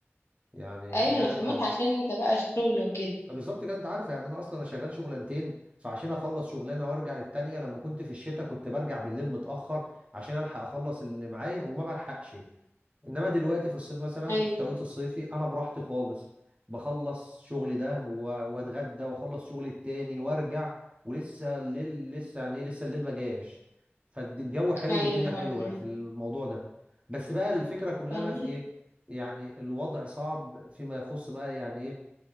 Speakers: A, on the right (about 30°); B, on the left (about 70°).
A: يعني
B: ايوه
A: ده
B: انا فهمك
A: أه
B: عشان انت بقى الشغل وكده
A: بالظبط كده أنت عارف يعني أنا أصلا أنا شغال شغلانتين فعشان أخلص شغلانة وأرجع للتانية لما كنت في الشتاء كنت برجع بالليل متأخر عشان ألحق أخلص اللي معايا وما بلحقش انما دلوقتي في الصيف مثلا
B: ايوه
A: في التوقيت الصيفي انا براحتي خالص بخلص شغلي ده و- واتغدى واخلص شغلي التاني وارجع ولسه الليل لسه يعني ايه لسه الليل ما جاش فالجو حلو
B: ايوه
A: والدنيا
B: فاهمه
A: حلوه في الموضوع ده بس بقى الفكره كلها
B: فاهمه
A: بقى في ايه يعني الوضع صعب فيما يخص بقى يعني ايه